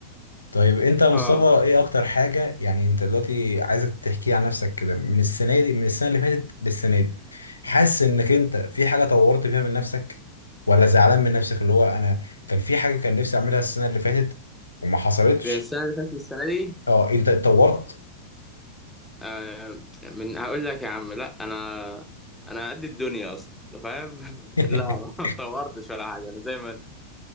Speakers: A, on the left (about 80°); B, in the centre.
A: طيب انت يا مصطفى
B: اه
A: ايه اكتر حاجة يعني انت دلوقتي عايزك تحكي عن نفسك كده من السنة دي من السنة اللي فاتت للسنة دي حاسس انك انت في حاجة طورت بيها من نفسك ولا زعلان من نفسك اللي هو انا كان في حاجة كان نفسي اعملها السنة اللي فاتت وما حصلتش
B: السنه اللي فاتت السنه دي
A: اه انت اتطورت
B: آه، من هقول لك يا عم لا انا انا قد الدنيا اصلا انت فاهم <laughs>
A: <laughs>
B: لا ما اتطورتش ولا حاجه انا زي ما أنا.